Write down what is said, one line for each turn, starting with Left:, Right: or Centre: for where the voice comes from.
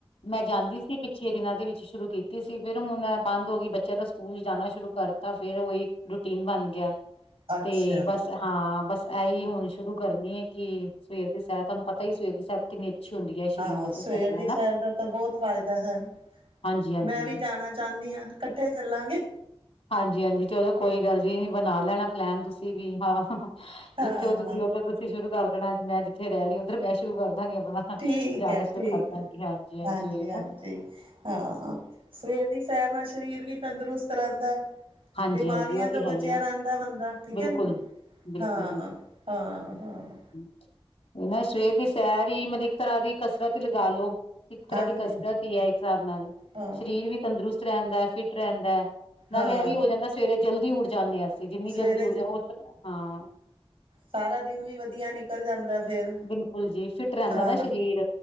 Left: ਮੈਂ ਜਾਂਦੀ ਸੀ ਛੇ ਦਿਨਾਂ ਦੇ ਵਿੱਚ ਸ਼ੁਰੂ ਕੀਤੀ ਸੀ ਫੇਿਰ ਹੁਣ ਬੰਦ ਹੋ ਗਈ, ਬੱਚਿਆਂ ਦਾ ਸਕੂਲ ਜਾਣਾ ਸ਼ੁਰੂ ਕਰਤਾ ਫੇਿਰ ਉਹ ਰੂਟੀਨ ਬਣ ਗਿਆ,
Right: ਅੱਛਾ-ਅੱਛਾ,
Left: ਤੇ ਬੱਸ ਹਾਂ ਬੱਸ ਐ ਹੀ ਹੁਣ ਸ਼ੁਰੂ ਕਰਨੀ ਹੈ ਕਿ, ਸਵੇਰ ਦੀ ਸੈਰ ਤੁਹਾਨੂੰ ਪਤਾ ਹੀ ਸਵੇਰ ਦੀ ਸੈਰ ਕਿੰਨੀ ਅੱਛੀ ਹੁੰਦੀ ਹੈ ਸਰੀਰ
Right: ਹਾਂ,
Left: ਵਾਸਤੇ
Right: ਸਵੇਰ
Left: ਸਾਡੇ
Right: ਦੀ
Left: ਹਨਾ
Right: ਸੈਰ ਦਾ ਤਾਂ ਬਹੁਤ ਫਾਇਦਾ ਹੈ।
Left: ਹਾਂਜੀ ਹਾਂਜੀ
Right: ਮੈਂ ਵੀ ਜਾਣਾ ਚਾਹੁੰਦੀ ਹਾਂ, ਇਕੱਠੇ ਚੱਲਾਂਗੇ।
Left: ਹਾਂਜੀ ਹਾਂਜੀ ਚਲੋ ਕੋਈ ਗੱਲ ਜੀ, ਬਣਾ ਲੈਣਾ ਪਲੈਨ ਤੁਸੀਂ ਵੀ, ਹਾਂ
Right: ਹਾਂ-ਹਾਂ
Left: ਜਿੱਥੇ ਉਹ ਤੁਸੀਂ ਉੱਧਰ ਤੁਸੀਂ ਸ਼ੁਰੂ ਕਰ ਦੇਣਾ, ਮੈਂ ਜਿੱਥੇ ਰਹਿ ਰਹੀ ਉੱਧਰ ਮੈਂ ਸ਼ੁਰੂ ਕਰ ਦਾਂਗੀ ਆਪਣਾ।
Right: ਠੀਕ
Left: ਜਾਣਾ
Right: ਹੈ
Left: ਸ਼ੁਰੂ
Right: ਠੀਕ
Left: ਕਰ
Right: ਹੈ,
Left: ਦਾਂਗੀ
Right: ਹਾਂਜੀ
Left: ਉਹੀ
Right: ਹਾਂਜੀ
Left: ਨਾ
Right: ਹਾਂ। ਸਵੇਰ ਦੀ ਸੈਰ ਨਾਲ ਸਰੀਰ ਵੀ ਤੰਦਰੁਸਤ ਰਹਿੰਦਾ।
Left: ਹਾਂਜੀ
Right: ਬਿਮਾਰੀਆਂ
Left: ਹਾਂਜੀ ਉਹ
Right: ਤੋਂ
Left: ਤੇ
Right: ਬਚਿਆ
Left: ਹੈ ਹੀ ਹੈ
Right: ਰਹਿੰਦਾ ਬੰਦਾ, ਠੀਕ
Left: ਬਿਲਕੁਲ
Right: ਹੈ ਨਾ।
Left: ਬਿਲਕੁਲ
Right: ਹਾਂ -ਹਾਂ, ਹਾਂ।
Left: ਇਹ ਨਾ ਸਵੇਰ ਦੀ ਸੈਰ ਹੀ, ਮਤਲ ਇੱਕ ਤਰ੍ਹਾਂ ਦੀ ਕਸਰਤ ਹੀ ਲਗਾ ਲੋੋ। ਇੱਕ ਤਰ੍ਹਾਂ
Right: ਹਾਂਜੀ
Left: ਦੀ ਕਸਰਤ ਹੀ ਹੈ ਇੱਕ ਹਿਸਾਬ ਨਾਲ,
Right: ਹਾਂ
Left: ਸਰੀਰ ਵੀ ਤੰਦਰੁਸਤ ਰਹਿੰਦਾ, ਫਿਟ ਰਹਿੰਦਾ ਹੈ। ਨਾਲੇ
Right: ਹਾਂ
Left: ਇਹ ਵੀ ਹੋ ਜਾਂਦਾ ਸਵੇਰੇ ਜਲਦੀ ਉੱਡ ਜਾਂਦੇ ਹਾਂ ਅਸੀਂ, ਜਿੰਨੀ
Right: ਸਵੇਰੇ
Left: ਜਲਦੀ ਉੱਡ
Right: ਜ
Left: ਜਾ, ਉਸ ਹਾਂ
Right: ਸਾਰਾ ਦਿਨ ਵੀ ਵਧੀਆ ਨਿਕਲ ਨਿਕਲ ਜਾਂਦਾ ਫਿਰ,
Left: ਬਿਲਕੁਲ ਜੀ ਫਿਟ ਰਹਿੰਦਾ
Right: ਹਾਂ
Left: ਨਾ ਸਰੀਰ